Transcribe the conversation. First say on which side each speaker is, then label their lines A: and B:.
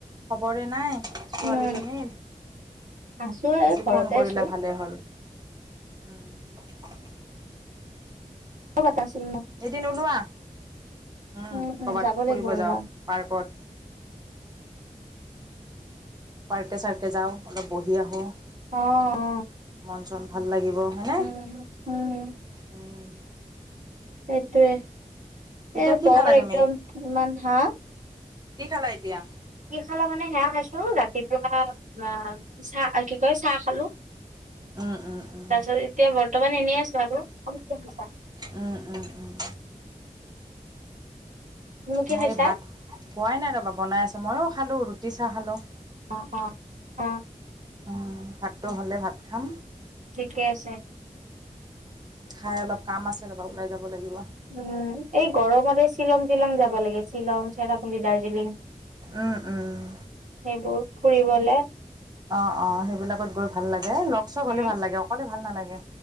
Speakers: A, on the right; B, on the right.
A: খবৰে নাই ছোৱালীজনীৰ
B: উম আছো এ
A: আজি
B: ঘৰতে
A: ফোন কৰিলে
B: আছো
A: ভালে হ'ল- উম <unintelligible>
B: <unintelligible> আছিল ন-
A: এদিন ওলোৱা উম
B: উম উম
A: কৰবাত
B: যাব লাগিব
A: ফুৰিব
B: ৰবা
A: যাওঁ পাৰ্কত- পাৰ্কে চাৰ্কে যাওঁ অলপ বহি আহোঁ
B: অ অ
A: মন চন ভাল লাগিব হয়নে
B: <inaudible>
A: উম,
B: সেইটোৱে
A: এতিয়া
B: এ
A: কি
B: বৰ
A: খালা তুমি
B: একদম ইমান হা
A: কি খালা এতিয়া
B: কি খালা মানে সেয়া খাইছো ৰাতিপুৱা বা চাহ অ কি কয় চাহ খালো
A: উম উম উম
B: তাৰ পিছত এতিয়া বৰ্তমান এনেই আছো আৰু <unintelligible>
A: উম উম উম।
B: তুমি কি
A: মই
B: খাইছা
A: এই ভাত খোৱাই নাই ৰ'বা বনাই আছো ময়ো খালোঁ ৰুটি চাহ খালোঁ
B: <inaudible> অ
A: উম ভাতটো হ'লে ভাত খাম
B: ঠিকে আছে
A: হয় অলপ কাম আছে ৰবা ওলাই যাব লাগিব
B: উম এই গৰমত শ্বিলং টিলং যাব লাগে শ্বিলং চেৰাপুঞ্জী দাৰ্জিলিং সেইবোৰ
A: উম, উম।
B: ফুৰিবলে
A: অঁ অঁ সেইবিলাকত গৈ ভাল লাগে এ লগ চগ
B: উম
A: হ'লে ভাল লাগে অকলে ভাল নালাগে